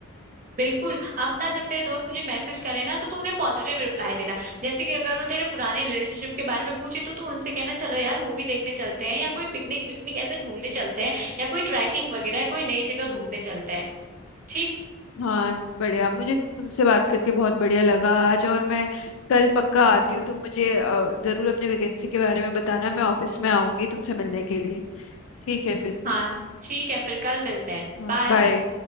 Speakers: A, on the right; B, on the left.
A: बिल्कुल अब ना जब तेरे दोस्त तुझे मैसेज करे ना तो तू उन्हें पॉजिटिव रिप्लाई देना जैसे कि अगर वो तेरे पुराने रिलेशनशिप के बारे में पूछे तो तू उनसे कहना चलो यार मूवी देखने चलते हैं या कोई पिकनिक विकनिक ऐसे घूमने चलते हैं या कोई ट्रैकिंग वगैरह कोई नई जगह
B: हम्म
A: घूमने चलते हैं ठीक
B: हाँ बढ़िया मुझे तुमसे बात करके बहुत बढ़िया लगा आज और मैं कल पक्का आती हूँ तुम मुझे अ, जरूर अपने वैकेंसी के बारे में बताना मैं ऑफिस में आऊंगी तुमसे मिलने के लिए ठीक है फिर
A: हाँ ठीक है फिर कल मिलते हैं
B: हाँ
A: बाय
B: बाय